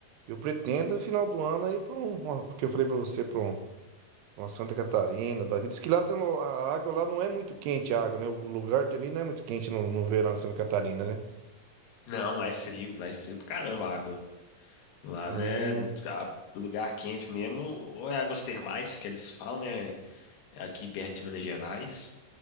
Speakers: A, on the right; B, on the left.
A: eu pretendo no final do ano aí para um, porque eu falei para você, para um uma Santa Catarina, da vida. Diz que lá tem, lo- a água lá não é muito quente, a água, né? O lugar também não é muito quente no, no verão em Santa Catarina, né?
B: Não, lá é frio, lá é frio pra caramba a água. Lá,
A: Ah,
B: né,
A: não-
B: a- lugar quente mesmo, ou é águas termais, que eles falam, né, aqui perto de Minas Gerais.